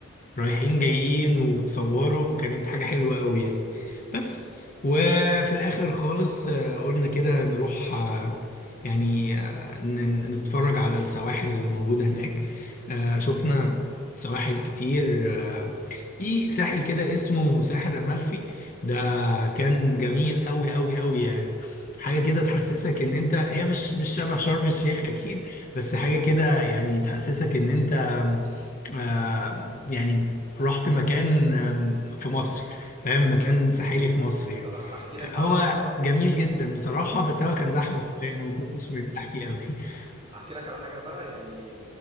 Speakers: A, on the left; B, on the right.
A: رايحين جايين وبيصوروا وكانت حاجه حلوه قوي يعني بس وفي الاخر خالص آه قلنا كده نروح آه يعني آه، ن- نتفرج على السواحل اللي موجودة هناك آه، شفنا سواحل كتير آه، في ساحل كده اسمه ساحل أمالفي ده كان جميل قوي قوي قوي يعني حاجة
B: مم.
A: كده تحسسك ان انت هي مش مش شبه شرم الشيخ اكيد بس حاجة كده يعني تحسسك ان انت آه، يعني رحت مكان آم، في مصر فاهم مكان ساحلي في مصر يعني
B: طب احكي لك
A: آه،
B: بقى
A: هو
B: على حاجه بقى
A: جميل جدا بصراحة بس هو كان زحمة شوية أنا ما كنتش مرتاح فيه
B: مم.
A: قوي <laughs>
B: احكي لك على حاجه بقى يعني